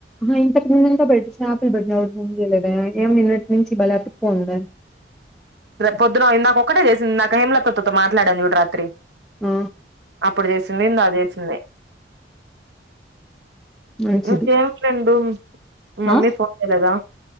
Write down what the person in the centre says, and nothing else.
ఇంతకు ముందుంత పెట్టి సా ఆయాపిల్ పెట్టి అ ములేదా ఏమ నిన్నటి నుంచి బలా అక్కు ఉందా
ఆ,
మంచిది
ఆ